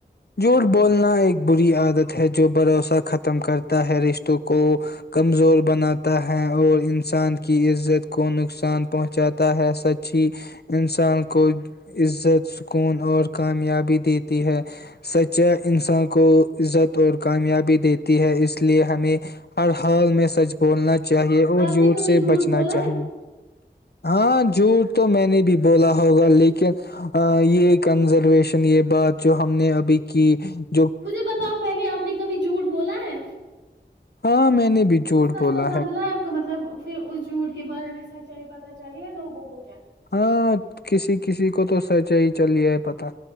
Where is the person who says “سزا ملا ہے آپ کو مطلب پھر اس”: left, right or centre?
Right